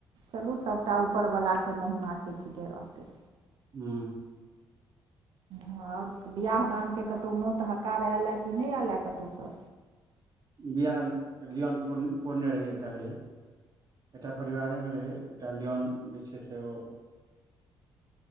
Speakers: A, on the right; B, on the right.
A: चलू सबटा ऊपरवलाके महिमा छै ठीके रहत
B: ह
A: ह आओर बिआाह दानके कतहु नोत हकार आयलए कि नहि आयलए कतहुस
B: बियाहके लिन प पूर्ण रहै एकटा रहै एकटा परिवारेमे रह कलयाण पुर मे छै सेहो